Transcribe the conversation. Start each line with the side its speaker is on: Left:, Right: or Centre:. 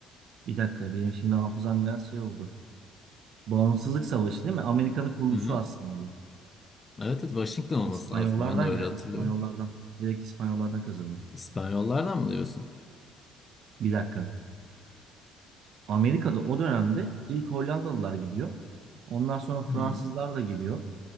Right: Bir dakika benim şimdi hafızam biraz şey oldu. Bağımsızlık Savaşı değil mi? Amerika'nın kuruluşu
Left: Hı hı.
Right: aslında bu.
Left: Evet, evet, Washington olması
Right: İspanyollardan
Left: lazım. Ben de öyle
Right: ya
Left: hatırlıyorum.
Right: İspanyollardan. Direkt İspanyollardan kazanıyor.
Left: İspanyollardan mı diyorsun?
Right: Bir dakika. Amerika'da o dönemde ilk Hollandalılar gidiyor. Ondan sonra Fransızlar
Left: Hı.
Right: da gidiyor.